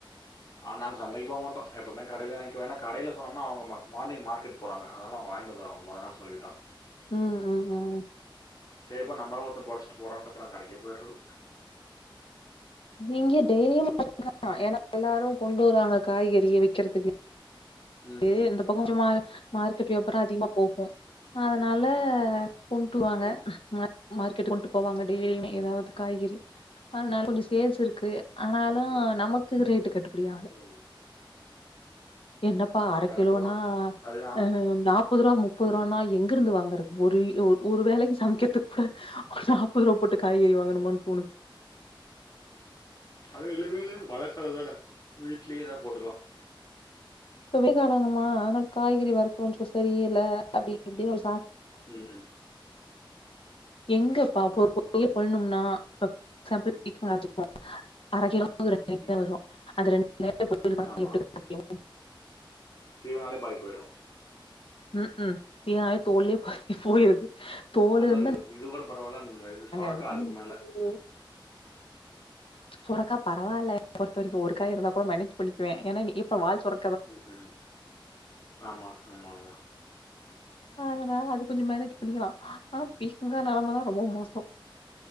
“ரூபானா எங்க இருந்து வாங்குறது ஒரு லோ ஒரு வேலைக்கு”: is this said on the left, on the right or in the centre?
Left